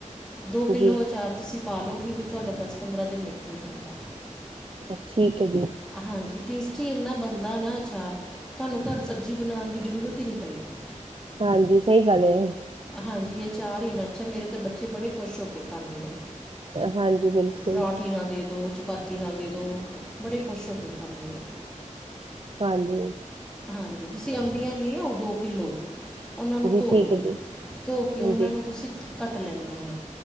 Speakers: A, in the centre; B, on the right.
A: ਦੋ ਕਿੱਲੋ
B: ਜੀ
A: ਅਚਾਰ ਤੁਸੀਂ ਪਾ ਲਓਗੇ ਅਤੇ ਤੁਹਾਡਾ ਦਸ ਪੰਦਰਾਂ ਦਿਨ ਨਿਕਲ ਜਾਏਗਾ।
B: ਅ ਠੀਕ ਹੈ ਜੀ।
A: ਹਾਂਜੀ ਟੇਸਟੀ ਇੰਨਾ ਬਣਦਾ ਨਾ ਅਚਾਰ ਤੁਹਾਨੂੰ ਘਰ ਸਬਜ਼ੀ ਬਣਾਉਣ ਦੀ ਜ਼ਰੂਰਤ ਹੀ ਨਹੀਂ ਪਏਗੀ।
B: ਹਾਂਜੀ ਸਹੀ ਗੱਲ ਹੈ।
A: ਹਾਂਜੀ ਇਹ ਆਚਾਰ ਏਨਾਂ ਅੱਛਾ ਮੇਰੇ ਤਾਂ ਬੱਚੇ ਬੜੇ ਖੁਸ਼ ਹੋ ਕੇ ਖਾਂਦੇ ਨੇ।
B: ਹਾਂਜੀ ਬਿਲਕੁਲ
A: ਪ੍ਰੋਂਠੀ ਨਾਲ ਦੇ ਦੋ ਚਪਾਤੀ ਨਾਲ ਦੇ ਦੋਂ, ਬੜੇ ਖੁਸ਼ ਹੋ ਕੇ ਖਾਂਦੇ ਆ।
B: ਹਾਂਜੀ।
A: ਹਾਂਜੀ ਤੁਸੀਂ ਅੰਬੀਆਂ ਲੈ ਆਓ ਦੋ ਕਿੱਲੋ, ਉਹਨਾਂ ਨੂੰ
B: ਜੀ
A: ਧੋ
B: ਠੀਕ
A: ਲਉ,
B: ਹੈ ਜੀ
A: ਧੋ ਕੇ ਉਹਨਾਂ
B: ਜੀ
A: ਨੂੰ ਤੁਸੀਂ, ਕੱਟ ਲੈਣੀਆਂ ਨੇ